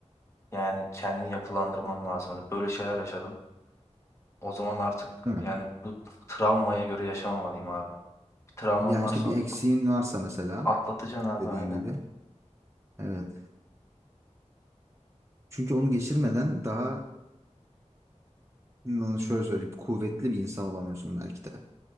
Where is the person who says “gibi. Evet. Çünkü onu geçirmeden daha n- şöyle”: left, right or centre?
Right